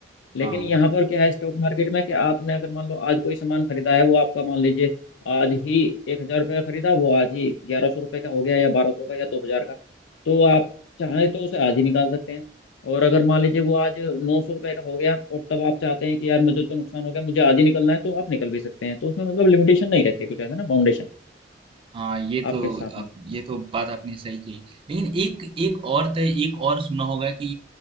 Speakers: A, on the left; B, on the right.
A: लेकिन
B: हाँ
A: यहाँ पर क्या है स्टॉक मार्केट में कि आपने अगर मान लो आज कोई सामान खरीदा है वो आपका मान लीजिए आज ही एक हजार रुपये का खरीदा वो आज ही ग्यारह सौ रुपये का हो गया या बारह सौ का या दो हजार का तो आप चाहें तो उसे आज ही निकाल सकते हैं और अगर मान लीजिए वो आज नौ सौ रुपये का हो गया और तब आप चाहते हैं कि यार मुझे तो नुकसान हो गया मुझे आज ही निकलना है तो आप निकल भी सकते हैं तो उसमें मतलब लिमिटेशन नहीं रहती कुछ ऐसा ना बाउंडेशन
B: हाँ ये
A: आपके
B: तो
A: साथ में
B: आप ये तो बात आपने सही कही लेकिन एक एक और तो एक और सुना होगा कि